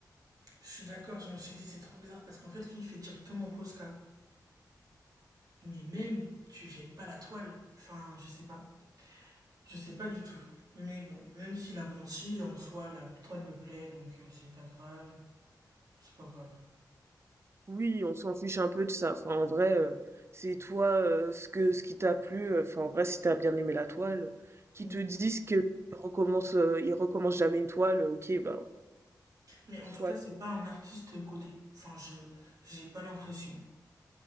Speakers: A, on the right (about 60°); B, on the right (about 40°).
A: Je suis d'accord, je me suis dit c'est trop bizarre parce qu'en fait, lui, il fait directement Posca. Mais même, tu jettes pas la toile. Enfin, je sais pas. Je sais pas du tout. Mais bon, même s'il a menti, en soi, la toile me plaît, donc euh, c'est pas grave. C'est pas grave.
B: Oui, on s'en fiche un peu de ça. Enfin, en vrai, euh, c'est toi euh, ce que ce qui t'a plu. euh, Enfin, en vrai, si t'as bien aimé la toile, qui
A: Mm.
B: te disent qu'ils recommencent, euh, ils recommencent jamais une toile, ok, ben,
A: Mais en
B: soit.
A: tout cas, c'est pas un artiste coté. Enfin, je j'ai pas l'impression.